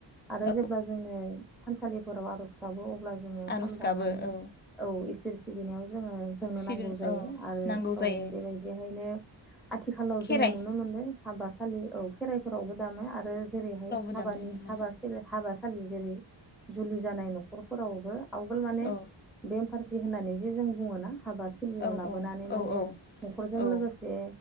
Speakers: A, in the centre; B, on the left.
A: आरो
B: औ
A: जेब्ला जोङो थानसालिफोराव आर'ज गाबो अब्ला जोङो
B: आर'ज
A: खाम दामनानै
B: गाबो औ
A: औ इसोर सिबिनायाव जोङो जोंनो
B: सिबि
A: नांगौ जायो
B: औ
A: आरो
B: नांगौ
A: औ
B: जायो
A: बेबायदिहायनो आथिखालाव
B: खेराइ
A: जोङो नुनो मोनबाय हाबासालि औ खेराइफोरावबो दामाय आरो जेरैहाय
B: दामनायनि
A: हाबानि
B: मा
A: हाबा हाबासालि जेरै जुलि जानाय न'खरफोरावबो आवगोल माने
B: औ
A: बेम पार्टि होननानै जे जों बुङोोना हाबा थिलियाव
B: औ
A: लाबो माने
B: औ
A: न'खरजों
B: औ
A: लोगोसे